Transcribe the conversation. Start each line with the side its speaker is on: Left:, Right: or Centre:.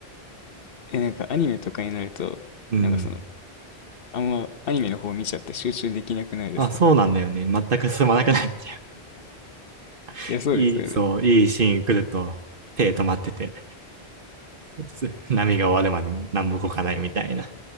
Left: え、なんかアニメとかになると、
Right: うん。
Left: なんかその、あんまアニメの方見ちゃって集中できなくないですか
Right: あ、そうなんだよね。全く進まなくなっちゃう。<laughs>
Left: いや、そうですよね。
Right: いい、そう、いいシーン来ると、手止まってて、そうす波が終わるまで何も動かないみたいな。